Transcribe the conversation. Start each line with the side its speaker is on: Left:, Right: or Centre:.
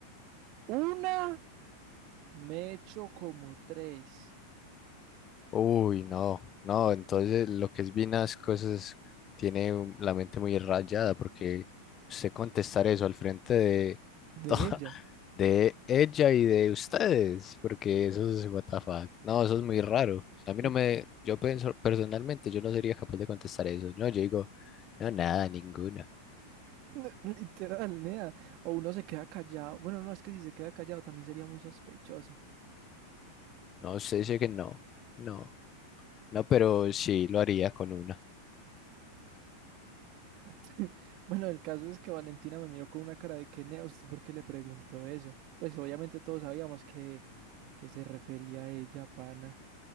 Right: una me he hecho como tres
Left: Uy, no. No, entonces lo que es Vinas cosas tiene un- la mente muy rayada porque usted contestar eso al frente de,
Right: de
Left: <laughs>
Right: ella.
Left: de ella y de ustedes, porque eso es what the fuck. No, eso es muy raro. A mí
Right: Y
Left: no me, yo pienso personalmente, yo no sería capaz de contestar eso. No, yo digo, no, nada, ninguno.
Right: <laughs> Literal, nea. O uno se queda callado. Bueno, no, es que si se queda callado también sería muy sospechoso.
Left: No, usted dice que no, no, no, pero sí lo haría con una,
Right: <laughs> Bueno, el caso es que Valentina me miró con una cara de que, nea, ¿usted por qué le preguntó eso? Pues obviamente todos sabíamos que, que se refería a ella, pana.